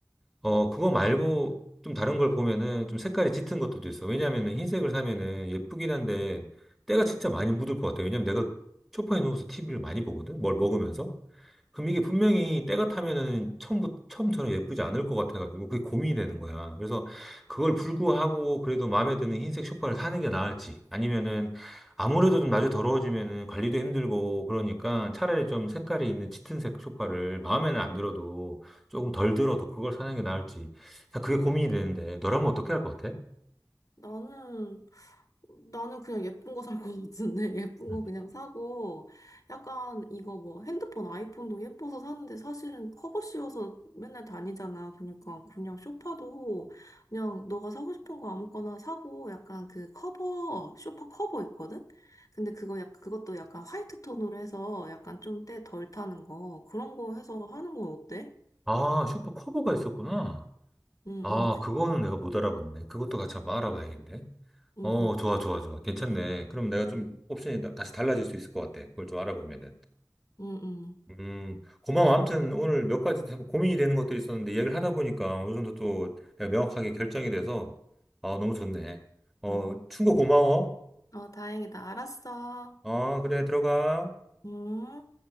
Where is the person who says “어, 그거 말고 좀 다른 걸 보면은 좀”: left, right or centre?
Centre